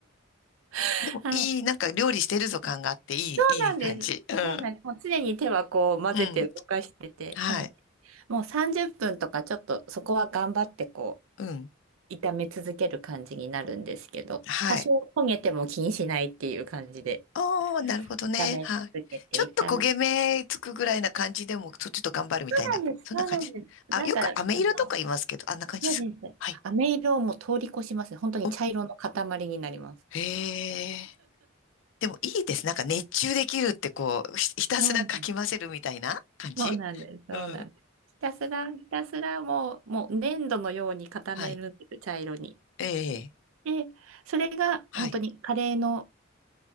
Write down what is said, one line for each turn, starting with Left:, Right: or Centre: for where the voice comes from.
Right: <laughs>
Left: ー。でも、
Right: はい。
Left: いい、なんか料理してるぞ感があって、いい、
Right: そうなんです。
Left: いい感じ。うん。
Right: そうなんです。もう常に手はこう混ぜて動かしてて、
Left: うん。はい。
Right: なので、もう30分とかちょっとそこは頑張ってこ
Left: うん。
Right: う、炒め続ける感じになるんですけど、
Left: はい。
Right: 多少焦げても気にしないっていう感じで、
Left: おー、なるほどね。
Right: 炒め続けて、
Left: はい。ちょっと焦げ目つくぐらいな感じでも、
Right: 炒め、
Left: そちょっと頑張るみたいな。
Right: そうなんです、
Left: そんな感じ。
Right: そうなんです。
Left: あ、
Right: なんか、
Left: よく飴色とか言いますけど、
Right: あの、
Left: あんな感じですか。
Right: そうです。
Left: はい。
Right: 飴色をもう通り越しますね。本当に茶色の塊になります。
Left: お、へえ。でもいいです。なんか熱中できるってこう、ひ、ひたすらかき混ぜるみたいな感じ
Right: そうなんです。そうなんです。そうなんです。
Left: うん。
Right: ひたすら、ひたすらもう、もう粘土のように固めるんです、
Left: はい。
Right: 茶色に。
Left: ええ。
Right: で、それが本当にカレーの
Left: はい。